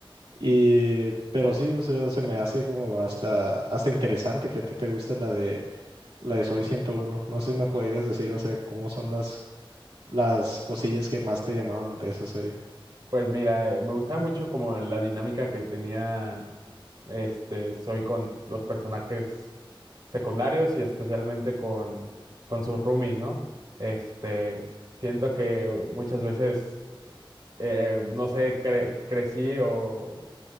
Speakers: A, on the right (about 75°); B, on the right (about 50°).
A: Y, pero sí, o sea, se me hace como hasta, hasta interesante que a ti te guste la de, la de Soy ciento uno No sé si me podrías decir, o sea, cómo son las, las cosillas que más te llamaban de esa serie.
B: Pues mira, eh, me gustaba mucho como la dinámica que tenía este Soy con los personajes secundarios y especialmente con, con sus roomies, ¿no? Este, siento que muchas veces eh, no sé, cre- crecí o,